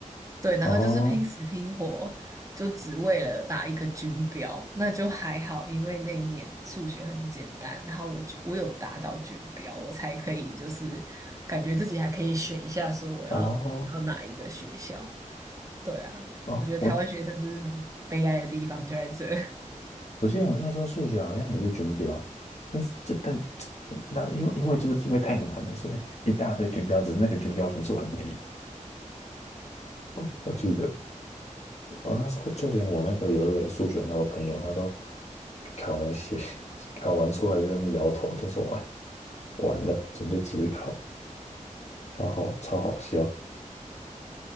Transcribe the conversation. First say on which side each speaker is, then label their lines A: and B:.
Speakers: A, on the right; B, on the left.
A: 对，然后就是拼死拼活，
B: 哦
A: 就只为了打一个军标，那就还好，因为那一年数学很简单，然后我就我有达到军标，我才可以就是感觉自己还可以选一下，说我要我要哪一个学校。
B: 哦。
A: 对啊，
B: 哦，
A: 我觉得台湾学生就是很悲哀的地方就在这。
B: 我
A: <laughs>
B: 我记得我那时候数学好像也是军标，但是就但那因为因为就是因为太难了，所以一大堆军标，只是那个军标分数很低。哦，我记得我那时候就连我那个有一个数学老朋友，他都考完写 <laughs> 考完出来就在那边摇头，就说哎完了，准备只考，然后超好笑。